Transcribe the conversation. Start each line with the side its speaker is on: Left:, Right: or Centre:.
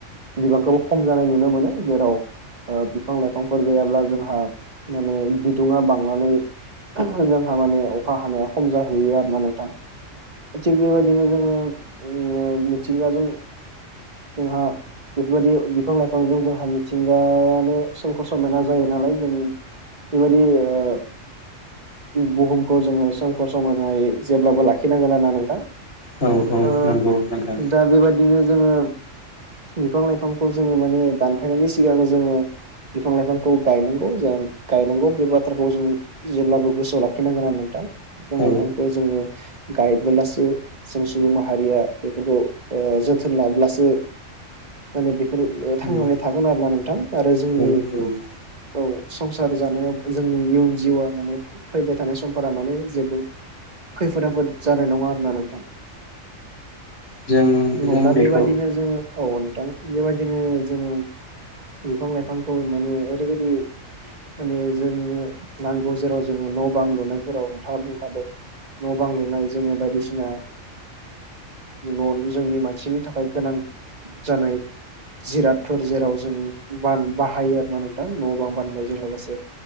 Right: बिबांखौबो खम जानाय नुनो मोनो। जेराव ओ बिफां लाइफां फोर गैयाब्ला जोंहा माने बिदुुंङा बांनानै जोंहा माने अखा हानाया खम जाहैयो आरोना नोंथां। थिग बेबायदिनो जोङो मिथिंगाजों जोंहा बेफोरबायदि बिफां लाइफांजों जोंहा मिथिंगायानो स समायना जायो नालाय जों बेबायदि ओ बुहुमखौ जोङो सोमखोर समयनायै जेब्लाबो लाखिनांगोन ना नोंथां।
Left: औ औ
Right: ओ
Left: नंगौ नोंथां
Right: दा बेबायदि बिदिनो जोङो बिफां लाइफांखौ जोङो माने दानफायनायनि सिगां जोङो बिफां लाइफांखौ गायनांगौ ज गायनांगौ बे बाथ्राखौ जों जेब्लाबो गोसोआव लाखिनांगोना नोंथां बिफां
Left: औ
Right: लाइफांखौ जोङो गायबोब्लासो जों सुबुं माहारिया बेफोरखौ जोथोन लाब्लासो माने बेफोर
Left: उम
Right: थांनानै थागोन आरो ना नोंथां आरो जोंनि
Left: औ औ।
Right: औ संसार जानायाव जोंनि इयुन जिउआ माने फैबाय थानाय समफोरा माने जेबो खैफोद आफोद जानाय नङा आरोना नोंथां।
Left: जों जों
Right: औ दा
Left: बेखौ
Right: बेबायदिनो जोङो औ नोंथां बेबायदिनो जोङो बिफां लाइफांखौ माने ओरैबायदि माने जोंनो नांगौ जेराव जोङो न' बां लुनायफोराव नोंथाङा बुंखादों न' बां लुनाय जोङो बायदिसिना ओ जोंनि मानसिनि थाखाय गोनां जानाय जिरादफोर जेराव जों बाहायो आरो ना नोंथां न' बां बाननायजों लोगोसे